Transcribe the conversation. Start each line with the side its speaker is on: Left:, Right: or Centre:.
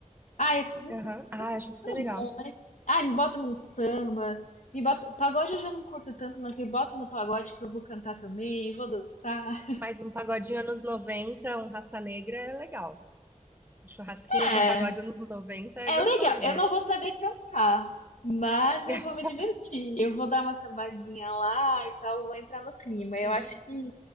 Left: Ah, é música
Right: Aham. Ah, acho super
Left: Tão
Right: legal.
Left: bom, né? Ai, me bota num samba. Me bota... Pagode eu já não curto tanto, mas me bota no pagode que eu vou cantar também, vou dançar.
Right: Mas um pagodinho anos 90, um Raça Negra é legal. Um churrasquinho
Left: É,
Right: com pagode anos 90 é
Left: É
Right: gostosinho.
Left: legal, eu não vou saber cantar, mas
Right: <laughs>
Left: eu vou me divertir. Eu vou dar uma sambadinha lá e tal, vou entrar no clima. Eu
Right: Uhum.
Left: acho que.